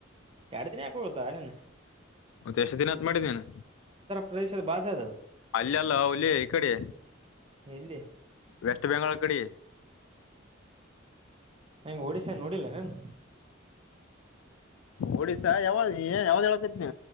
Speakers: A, on the right; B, on the left.
A: ಎರಡು ದಿನ ಯಾಕ ಹೋಗುತ್ತಾ ನಿನ್
B: ಉದೇಶ ದಿನ ಮಾಡಿದೇನೆ
A: ಪ್ರದೇಶದ ಬಾಜಾರ
B: ಅಲ್ಲಿ ಅಲ್ಲ ಹುಲಿ ಈ ಕಡೆ
A: ಇಲ್ಲಿ
B: ವೆಸ್ಟ್ ಬೆಂಗಾಳ ಕಡೆ
A: ನಂಗ ಒಡಿಶನ್ ನೋಡಿಲ್ಲ ನನ್
B: ಒಡಿಸ್ಾ ಯಾವ್ದ ನೀ ಯಾವ್ದ ಯಾವಕತ್ ನೀ